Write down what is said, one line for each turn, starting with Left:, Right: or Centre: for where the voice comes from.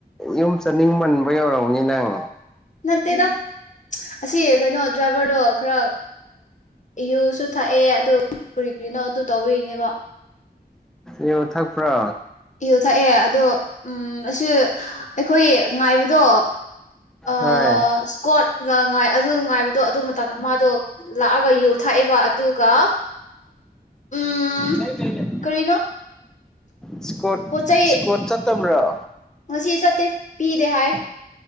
Centre: ꯌꯨꯝ ꯆꯠꯅꯤꯡꯃꯟ ꯕꯩ ꯑꯣꯏꯔꯥꯝꯒꯅꯤ ꯅꯪ
Left: ꯑꯠꯇꯇꯩꯗ ꯑꯁꯤ ꯀꯩꯅꯣ ꯗ꯭ꯔꯥꯏꯚꯔꯗꯣ ꯈꯔ ꯑ ꯌꯨꯁꯨ ꯊꯛꯑꯦ ꯑꯗꯨ ꯀꯔꯤ ꯀꯔꯤꯅꯣ ꯑꯗꯨ ꯇꯧꯕꯩꯅꯤꯕꯥ
Centre: ꯌꯨ ꯊꯥꯛꯄ꯭ꯔꯥ
Left: ꯌꯨ ꯊꯛꯑꯦ ꯑꯗꯣ ꯎ ꯑꯁꯤ ꯑꯩꯈꯣꯏ ꯉꯥꯏꯕꯗꯣ ꯑꯥ
Centre: ꯍꯣꯏ
Left: ꯏꯁꯀꯣꯠꯀ ꯉꯥꯏ ꯑꯗꯨ ꯉꯥꯏꯕꯗꯣ ꯑꯗꯨ ꯃꯇꯝꯗ ꯃꯥꯗꯣ ꯂꯥꯛꯑꯒ ꯌꯨ ꯊꯥꯛꯑꯦꯕ ꯑꯗꯨꯒ ꯎꯝ
Centre: ꯀꯥꯏ ꯄꯂ
Left: ꯀꯔꯤꯅꯣ
Centre: ꯏꯁ꯭ꯀꯣꯔꯠ
Left: ꯄꯣꯠ ꯆꯩ
Centre: ꯏꯁ꯭ꯀꯣꯔꯠ ꯆꯠ ꯇꯝꯕꯔꯣ
Left: ꯉꯁꯤ ꯆꯠꯇꯦ ꯄꯤꯗꯦ ꯍꯥꯏ